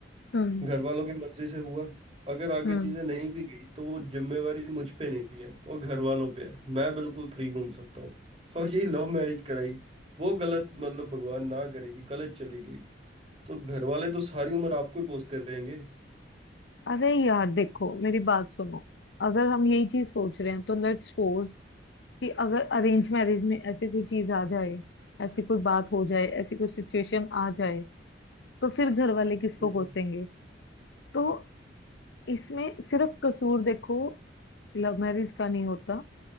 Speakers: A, on the left (about 70°); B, on the right (about 30°).
A: हम्म
B: घर वालों की मर्जी से हुआ अगर आगे
A: हम्म
B: चीजें नहीं भी गई तो वो जिम्मेवारी मुझ पे नहीं है वो घर वालों पे है मैं बिल्कुल फ्री घूम सकता हूँ और यही लव मैरिज कराई वो गलत मतलब भगवान ना करे कि गलत चली गई तो घर वाले तो सारी उम्र आपको ही कोसते रहेंगे
A: अरे यार देखो मेरी बात सुनो अगर हम यही चीज सोच रहे हैं तो लेट्स सपोज कि अगर अरेंज मैरिज में ऐसे कोई चीज आ जाए ऐसी कोई बात हो जाए ऐसी कोई सिचुएशन आ जाए तो फिर घर वाले किसको
B: हम्म
A: कोसेंगे तो इसमें सिर्फ कसूर देखो लव मैरिज का नहीं होता